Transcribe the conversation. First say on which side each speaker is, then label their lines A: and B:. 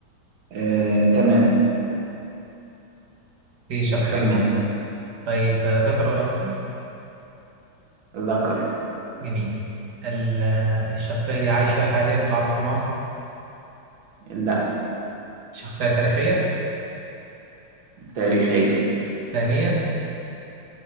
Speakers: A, on the right (about 75°); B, on the right (about 55°).
A: آه، تمام
B: في شخصية
A: خمنت
B: عندك طيب آه، ذكر ولا أنثى
A: ذكر
B: جميل ال- آه، الشخصية دي عايشة حاليا في العصر المعاصر
A: لا
B: شخصية تاريخية
A: تاريخية
B: إسلامية